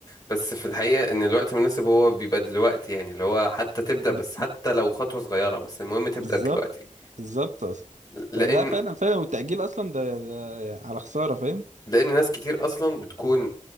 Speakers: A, on the left (about 25°); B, on the right (about 60°).
A: بس في الحقيقة ان الوقت المناسب هو بيبقى دلوقتي يعني اللي هو حتى تبدأ
B: ب-
A: بس حتى لو خطوة صغيرة بس المهم تبدأ
B: بالظبط
A: دلوقتي
B: بالظبط أص-
A: لان
B: فلا فعلا فعلا والتأجيل أصلا ده, ده على خسارة فاهم
A: لان ناس كتير اصلا بتكون